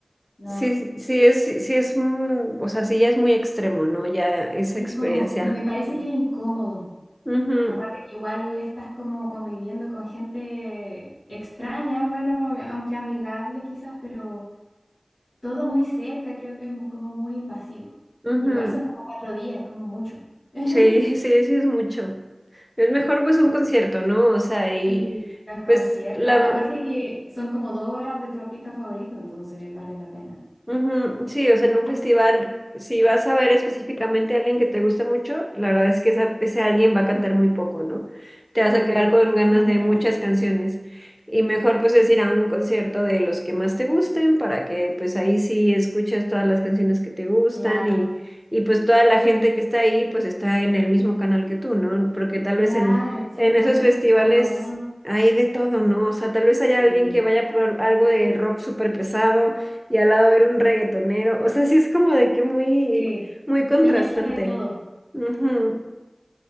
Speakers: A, on the left; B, in the centre.
A: No.
B: Sí, sí es sí, sí es mm, o sea, sí ya es muy extremo, ¿no? Ya esa
A: Y
B: experiencia.
A: es como, me parece que es incómodo.
B: Ujú,
A: Aparte que igual estás como conviviendo con gente extraña, bueno, aunque amigable quizás, pero todo muy cerca, creo que es mu- como muy invasivo.
B: ujú.
A: Igual son como cuatro días, es como mucho. <laughs>
B: Sí, <laughs> sí, sí es mucho. Es mejor pues un concierto, ¿no? O sea, y
A: Sí, los conciertos.
B: pues la,
A: Aparte que son como dos horas de tu artista favorito, entonces vale la pena.
B: Ujú, Sí, o sea, en un festival, si vas a ver específicamente a alguien que te gusta mucho, la verdad es que esa- ese alguien va a cantar muy poco, ¿no? Te vas
A: Sí,
B: a quedar con
A: siempre
B: ganas
A: es
B: de muchas
A: menos.
B: canciones. Y mejor pues es ir a un concierto de los que más te gusten para que pues ahí sí escuches todas las canciones que te gustan
A: Claro,
B: y, y pues toda la gente que está ahí pues está en el mismo canal que tú, ¿no? Porque tal
A: claro,
B: vez en,
A: exactamente.
B: en esos festivales
A: Estás rodeado.
B: hay de todo, ¿no? O sea, tal vez haya
A: Sí,
B: alguien que vaya por algo de rock súper pesado y al lado era un reggaetonero. O sea, sí es como de que muy,
A: sí.
B: muy contrastante.
A: Se mezcla de todo.
B: Ujú.